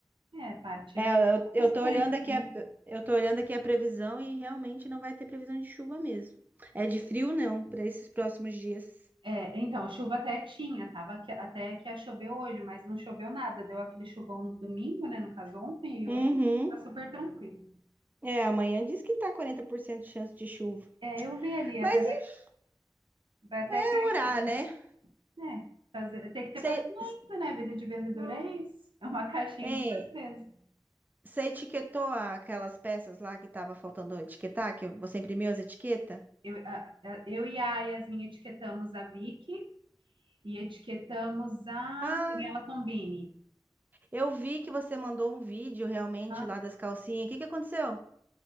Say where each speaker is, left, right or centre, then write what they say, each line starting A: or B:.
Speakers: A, on the right; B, on the right.
A: É, parte
B: É,
A: né,
B: eu,
A: dos
B: eu tô
A: tempos,
B: olhando aqui
A: né?
B: a, eu tô olhando aqui a previsão e realmente não vai ter previsão de chuva mesmo. É de frio não, para esses próximos dias.
A: É, então, chuva até tinha, tava que- até que ia chover hoje, mas não choveu nada. Deu aquele chuvão no domingo, né? No caso, ontem e
B: Uhum.
A: hoje, tá super tranquilo.
B: É, amanhã diz que tá 40% de chance de chuva.
A: É, eu vi ali, até
B: Mas
A: vai,
B: e
A: vai até
B: vai
A: cair
B: orar,
A: um pouco.
B: né?
A: É, fazer, tem que ter
B: Você,
A: paciência, né? Vida de vendedor é isso. É uma caixinha
B: é,
A: de surpresa.
B: você etiquetou aquelas peças lá que tava faltando etiquetar, que você imprimiu as etiquetas?
A: Eu, a- a- eu e a Yasmin etiquetamos a Vicky e etiquetamos a
B: Ah,
A: Daniela Tombini.
B: eu vi que você mandou um vídeo realmente
A: tá?
B: lá das calcinhas. O que que aconteceu?